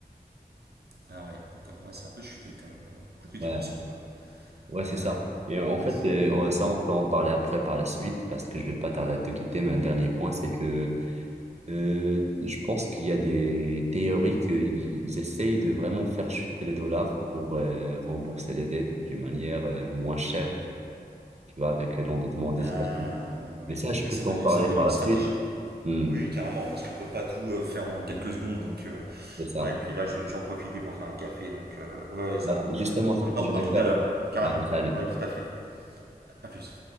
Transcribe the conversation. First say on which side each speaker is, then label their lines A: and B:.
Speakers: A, on the right; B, on the right.
A: Ah ouais, d'accord. Ouais, c'est un peu chuté quand même. euh, presque dix
B: Ouais,
A: pour cent, quoi.
B: ouais, c'est
A: Ouais,
B: ça. Et en fait,
A: ouais, c'est...
B: euh, on- ça,
A: Ouais.
B: on peut en parler après par la suite parce que je vais pas tarder à te quitter. Mais un dernier point, c'est que Euh, je pense qu'il y a des théories qu'ils essayent de vraiment faire chuter les dollars pour euh, rembourser les dettes d'une manière euh, moins chère, tu vois, avec l'endettement des
A: Ah,
B: États-Unis.
A: ouais,
B: Mais ça, je
A: ouais,
B: peux
A: ça
B: t'en
A: peut
B: parler
A: être, ça peut
B: par
A: être une
B: la
A: stratégie.
B: suite. Hmm,
A: Oui, carrément, parce qu'on peut pas tout euh, faire en quelques secondes. Donc, euh,
B: c'est ça.
A: ouais, et puis là, je- j'en profitais pour faire un café. Donc, euh, ouais, ouais, ça
B: Ah,
A: tombe.
B: Justement,
A: On
B: c'est ce que
A: en reparle
B: j'allais
A: tout
B: faire.
A: à l'heure, carrément.
B: Ah, mais ça,
A: Ouais, tout à fait. à plus.